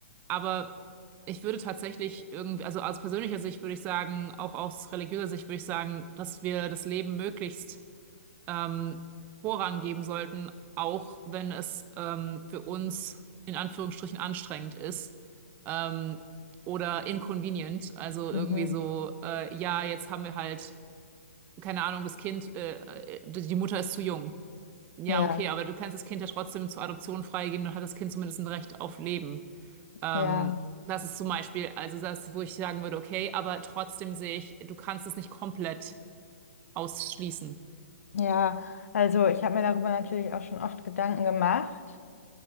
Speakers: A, on the right; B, on the left.
A: Aber ich würde tatsächlich irgendwie, also aus persönlicher Sicht würde ich sagen, auch aus religiöser Sicht würde ich sagen, dass wir das Leben möglichst ähm, Vorrang geben sollten, auch wenn es ähm, für uns in Anführungsstrichen anstrengend ist ähm, oder inconvenient. Also
B: Mhm.
A: irgendwie so, äh, ja, jetzt haben wir halt, keine Ahnung, das Kind, äh, äh, die Mutter ist zu jung. Ja,
B: Ja,
A: okay, aber du kannst das Kind ja trotzdem zur Adoption freigeben, dann hat das Kind zumindest ein Recht auf Leben. Ähm,
B: ja,
A: das ist zum Beispiel, also das, wo ich sagen würde, okay, aber trotzdem sehe ich, du kannst es nicht komplett ausschließen.
B: ja. Also ich habe mir darüber natürlich auch schon oft Gedanken gemacht.